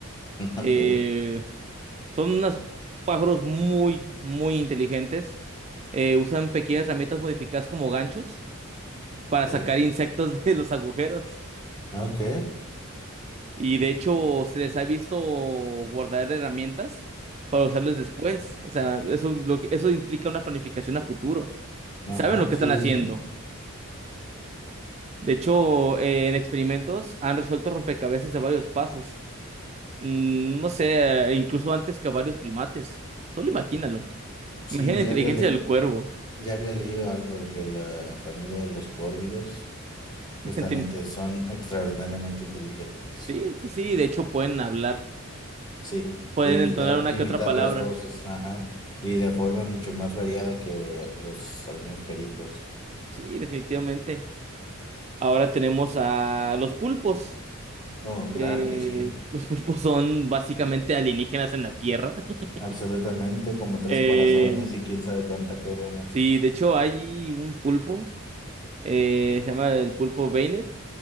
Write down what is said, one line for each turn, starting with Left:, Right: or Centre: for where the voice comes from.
Left: <laughs> Ok,
Right: Eh, son unos pájaros muy, muy inteligentes. Eh, usan pequeñas herramientas modificadas como ganchos para
Left: ok,
Right: sacar insectos <laughs> de los agujeros.
Left: ok,
Right: Y de hecho, se les ha visto guardar herramientas para usarles después. O sea, eso, lo que- eso implica una planificación a futuro.
Left: ajá,
Right: Saben lo que
Left: sí,
Right: están haciendo.
Left: sí, sí.
Right: De hecho, eh, en experimentos han resuelto rompecabezas de varios pasos. Mm, no sé, eh, incluso antes que varios primates. Solo imagínalo.
Left: Sí,
Right: Imagina la inteligencia
Left: ya había, le-
Right: del cuervo.
Left: ya había leído algo de que la familia de los córvidos justamente
Right: <laughs> Te-
Left: son extraordinariamente inteligentes.
Right: Sí, sí, sí. De hecho, pueden hablar.
Left: Sí,
Right: Pueden
Left: imitar,
Right: entonar una
Left: imitar
Right: que otra palabra.
Left: las voces, ajá, y de forma mucho más variada que los algunos pericos.
Right: Sí, definitivamente. Ahora tenemos a los pulpos.
Left: No,
Right: Eh,
Left: claro que sí,
Right: <laughs> los pulpos son básicamente alienígenas en la Tierra. <laughs>
Left: absolutamente, como tres
Right: Eh,
Left: corazones y quién sabe cuánta cosa más.
Right: sí, de hecho, hay un pulpo. eh, se llama el pulpo Beinet